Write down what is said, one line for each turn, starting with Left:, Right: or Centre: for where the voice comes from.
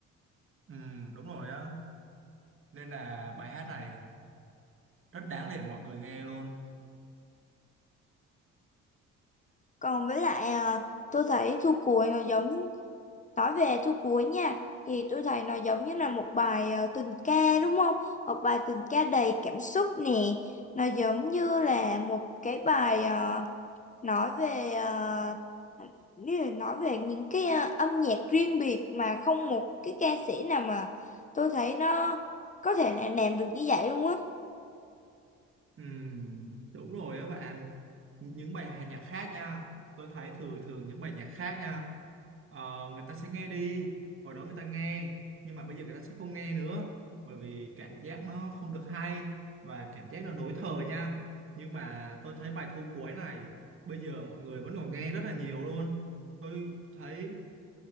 Right: ừ, đúng rồi á nên là bài hát này rất đáng để mọi người nghe luôn
Left: Còn với lại à, tôi thấy thu cuối nó giống nói về thu cuối nha thì tôi thấy nó giống như là một bài à, tình ca đúng không? Một bài tình ca đầy cảm xúc nè. Nó giống như là một cái bài à, nói về à, như là nói về những cái à, âm nhạc riêng biệt mà không một cái ca sĩ nào mà tôi thấy nó có thể là làm được như vậy luôn á.
Right: Ừm, đúng rồi đó bạn những bài hát nhạc khác nha tôi thấy thường thường những bài nhạc khác nha ờ, người ta sẽ nghe đi hồi đó người ta nghe nhưng mà bây giờ người ta sẽ không nghe nữa bởi vì cảm giác nó không được hay và cảm giác nó lỗi thời nha nhưng mà tôi thấy bài thu cuối này bây giờ mọi người vẫn còn nghe rất là nhiều luôn tôi thấy